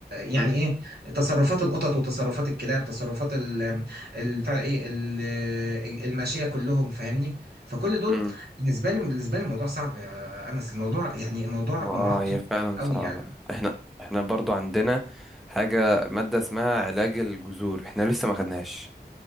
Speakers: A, in the centre; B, on the right (about 70°).
A: مم.
B: يعني ايه تصرفات القطط وتصرفات الكلاب تصرفات ال ال- بتاع ايه ال- الماشيه كلهم فاهمني فكل دول
A: مم.
B: بالنسبه لي بالنسبه لي الموضوع صعب يا انس الموضوع يعني الموضوع
A: اه
B: معقد
A: هي فعلا
B: قوي
A: صعبة
B: يعني
A: احنا احنا برضو عندنا حاجة مادة اسمها علاج الجذور احنا لسه ما خدناش